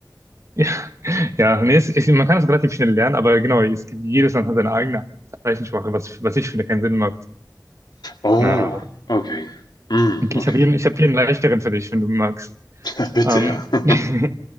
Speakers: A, on the right; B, on the left.
A: Ja. Ja, nee, es, ich, man kann es relativ schnell lernen, aber genau, es gibt, jedes Land hat seine eigene Zeichensprache, was, was ich finde keinen Sinn macht.
B: Oh,
A: Na,
B: okay. Hm,
A: okay,
B: okay.
A: ich habe hier, ich hab hier einen leichteren für dich, wenn du magst.
B: <laughs> Bitte,
A: Ähm,
B: ja.
A: <laughs>